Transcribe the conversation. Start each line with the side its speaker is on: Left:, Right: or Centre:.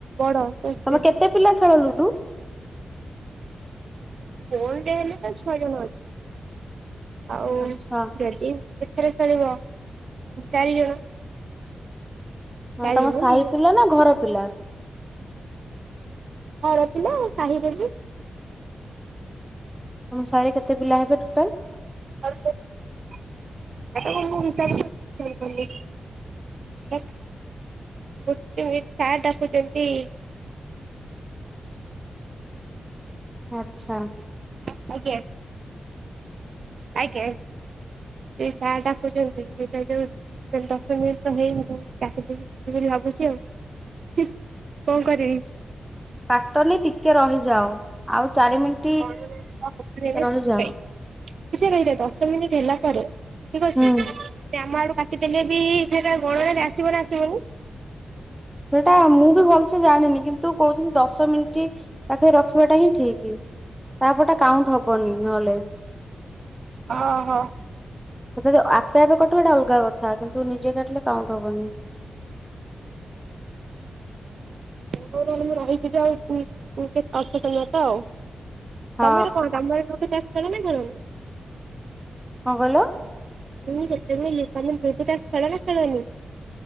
Right: ବଡ। ତ ସେ
Centre: ତମେ କେତେ ପିଲା ଖେଳ ଲୁଡୁ?
Right: କୋଣଟରେ ହେଲେ ତ ଛଅ ଜଣ ଅଛି। ଆଉ
Centre: ଆଛା
Right: ଯଦି ଏଥର ଖେଳିବ ଚାରି ଜଣ।
Centre: ହଁ
Right: ଚାରି
Centre: ତମ
Right: ଜଣ
Centre: ସାହି
Right: ଦି ଜଣ
Centre: ପିଲା ନା ଘର ପିଲା।
Right: ଘର ପିଲା ଆଉ ସାହିରେ ବି।
Centre: ତମ ସାହିରେ କେତେ ପିଲା ହେବେ ଟୋଟାଲ?
Right: <inaudible> <inaudible> ଗୋଟେ ମିନଟ୍ ସାର୍ ଡାକୁୁଛନ୍ତି।
Centre: ଆଛା।
Right: ଆଜ୍ଞା ଆଜ୍ଞା। ଆଜ୍ଞା ଏଇ ସାର୍ ଡାକୁଛନ୍ତି <unintelligible> ଦଶ ମିନିଟ୍ ତ ହେଇନି କାଟି ଦେବି ବୋଲି ଭାବୁଛି ଆଉ। ହୁଁ କଣ କରିବି?
Centre: କାଟନି ଟିକେ ରହିଯାଉ ଆଉ ଚାରି ମିନିଟ।
Right: <inaudible> କି
Centre: ରହିଯାଅ
Right: ସେ ରହିଲେ ଦଶ ମିନିଟ୍ ହେଲା ପରେ ଠିକ ଅଛି
Centre: ହୁଁ
Right: ଆ ଆମ ଆଡୁ କାଟି ଦେଲେ ବି ଏଠ ତା ଗଣାରେ ଆସିବ ନା ଆସିବନି।
Centre: ସେଟା ମୁଁ ବି ଭଲସେ ଜାଣିନି କିନ୍ତୁ କହୁଛନ୍ତି ଦଶ ମିନିଟ୍ ପାଖରେ ରଖିବାଟା ହିଁ ଠିକ ତାପରଟା କାଉଣ୍ଟ ହବନି ନହଲେ।
Right: ଓହୋ।
Centre: ଯଦି ଆପେ ଆପେ କଟିବ ସେଇଟା ଅଲଗା କଥା କିନ୍ତୁ ନିଜେ କାଟିଲେ କାଉଁଟ ହବନି।
Right: ମୁଁ ରହିଛି ଯେ ଆଉ କେତେ ଅଳ୍ପ ସମୟ ତ ଆଉ।
Centre: ହଁ
Right: ତମର କଣ ଆମର ଲୋକେ ଚାଷ ଖେଳ ନା ଖେଲନି।
Centre: କଣ କହିଲ?
Right: ନି ସେତେବେଳେ ତମେ ଲୁଡୁ ତାସ ଖେଳ ନା ଖେଳନି।